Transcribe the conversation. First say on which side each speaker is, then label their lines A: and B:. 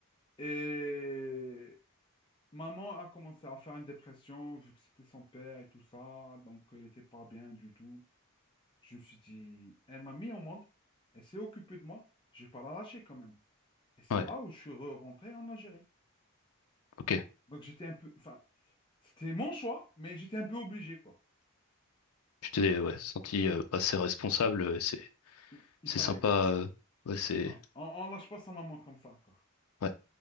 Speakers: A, on the left; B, on the left.
A: Et, Maman a commencé à faire une dépression vu que c'était son père et tout ça, donc elle n'était pas bien du tout. Je me suis dit, elle m'a mis au monde, elle s'est occupée de moi, je vais pas la lâcher quand même. Et c'est
B: Ouais,
A: là où je suis re- rentré en Algérie.
B: ok.
A: Donc j'étais un peu, enfin, c'était mon choix, mais j'étais un peu obligé, quoi.
B: Tu t'es ouais, senti euh, passer responsable, euh, c'est
A: Il, il
B: c'est
A: fallait,
B: sympa.
A: quoi.
B: euh, ouais, c'est.
A: Non, on, on lâche pas sa maman comme ça, quoi.
B: Ouais,